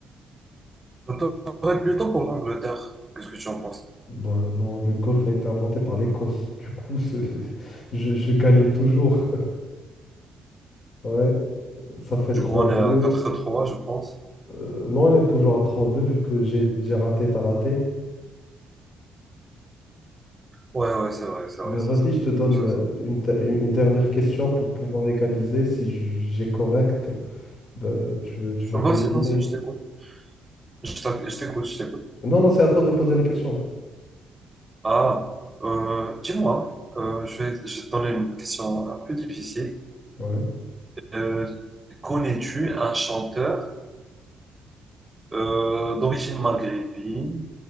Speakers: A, on the right (about 20°); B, on the left (about 50°).
A: Donc, T'aurais plutôt pour l'Angleterre. Qu'est-ce que tu en penses?
B: Ben non, le golf a été inventé par l'Écosse. Du coup, ce- <laughs> je, je gagnais toujours.
A: Hmm.
B: <laughs> Ouais, ça fait 3-2.
A: Du coup, on est à 4-3, je pense.
B: Euh, non, on est toujours à trois à deux vu que j'ai j'ai raté, t'as raté.
A: Ouais, ouais, c'est vrai, c'est
B: Ben
A: vrai, c'est
B: vas-y,
A: ça.
B: je te donne
A: C'est
B: euh,
A: ça.
B: une, de- une une dernière question pour pouvoir égaliser si j- j'ai correct. Bah, tu veux, tu vas
A: Vas-y,
B: payer le
A: vas-y,
B: dîner.
A: je t'écoute. Je t'ac- je t'écoute, je t'écoute.
B: Non, non, c'est à toi de poser la question.
A: Ah, euh, dis-moi, euh, je vais, je vais te donner une question un peu difficile.
B: Ouais.
A: Euh, connais-tu un chanteur euh, d'origine maghrébine